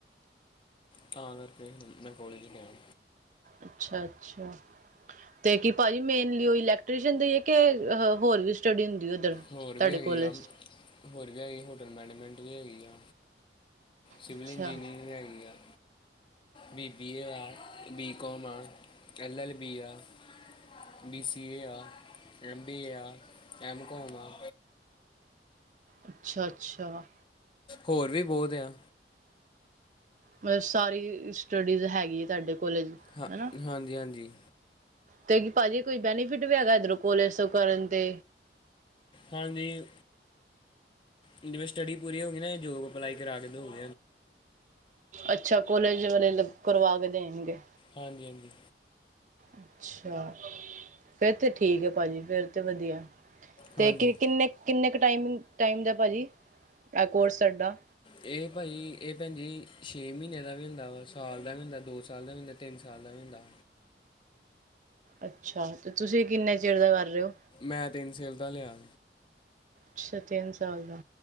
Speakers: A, on the left (about 30°); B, on the right (about 45°).
A: ਤਾਂ ਕਰਕੇ ਮੈ ਕੋਲੇਜ ਲਣਾ-
B: ਅਛਾ- ਅਛਾ ਤੇ ਕੀ ਭਾਜੀ ਮੇਨਲੀ ਉਹ ਇਲੈਕ ਟਿਊਸ਼ਨ ਦੇਈਏ ਕਿ ਹੋਰ ਵੀ ਸਟੱਡੀ ਹੁੰਦੀ ਹੈ। ਉਧਰ
A: ਹੋਰ
B: ਤੁਹਾਡੇ
A: ਵੀ ਹੈਗੀ
B: ਕੋਲਜ
A: ਆ ਹੋਰ ਵੀ ਹੈਗੀ ਹੋਟਲ ਮੈਨੇਜਮੈਂਟ ਵੀ ਹੈਗੀ ਆ ਸਿਵਲ
B: ਅੱਛਾ
A: ਇੰਜੀਨੀਅਰਿੰਗ ਹੈਗੀ ਆ- ਬੀ ਬੀ ਏ ਆ ਬੀ ਕੌਮ ਆ ਐੱਲ ਐੱਲ ਬੀ ਆ ਬੀ ਸੀ ਏ ਆ ਐਮ ਬੀਏ ਆ ਐਮਕੋਮ ਆ
B: ਅੱਛਾ- ਅੱਛਾ-
A: ਹੋਰ ਵੀ ਬਹੁਤ ਆ-
B: ਮਤਲਬ ਸਾਰੀ ਸਟੱਡੀਜ਼ ਹੈਗੀ ਹੈ। ਤੁਹਾਡੇ ਕੋਲਜ
A: ਹਾਂ
B: ਹਨਾ
A: ਹਾਂਜੀ- ਹਾਂਜੀ-
B: ਤੇ ਕੀ ਭਾਅ ਜੀ ਕੋਈ ਬੈਨੀਫਿਟ ਵੀ ਹੈਗਾ ਇੱਧਰ ਕੋਲੇਜ ਤੋ ਕਰਨ ਤੇ
A: ਹਾਂਜੀ- ਜਿਵੇ ਸਟੱਡੀ ਪੂਰੀ ਹੋ ਗਈ ਨਾ ਜੋਬ ਅਪਲਾਈ ਕਰਾ ਕੇ ਦੋਗ
B: ਅਛਾ ਕੋਲੇਜ ਵਾਲੇ ਕਰਵਾ ਕੇ ਦੇਣਗੇ
A: ਹਾਂਜੀ- ਹਾਂਜੀ-
B: ਅਛਾ ਫੇਿਰ ਤੇ ਠੀਕ ਹੈ। ਭਾਜੀ ਫੇਰ ਤੇ ਵਧੀਆ। ਤੇ
A: ਹਾਂਜੀ
B: ਕਿਨੇ- ਕਿਨੇ ਕੁ ਟਾਈਮ ਟਾਈਮ ਦਾ ਭਾਜੀ ਆ ਕੋਰਸ ਤੁਹਾਡਾ
A: ਇਹ ਭਾਈ ਇਹ ਭੈਣ ਜੀ ਛੇ ਮਹੀਨੇ ਦਾ ਵੀ ਹੁੰਦਾ ਵਾ ਸਾਲ ਦਾ ਵੀ ਹੁੰਦਾ ਦੋ ਸਾਲ ਦਾ ਵੀ ਹੁੰਦਾ ਤਿੰਨ ਸਾਲ ਦਾ ਵੀ ਜਾਂਦਾ
B: ਅੱਛਾ ਤੇ ਤੁਸੀਂ ਕਿੰਨੇ ਚਿਰ ਦਾ ਕਰ ਰਹੇ ਹੋ
A: ਮੈਂ ਤਿੰਨ ਸੇਲ ਦਾ ਲਿਆ
B: ਅੱਛਾ ਤਿੰਨ ਸਾਲ ਦਾ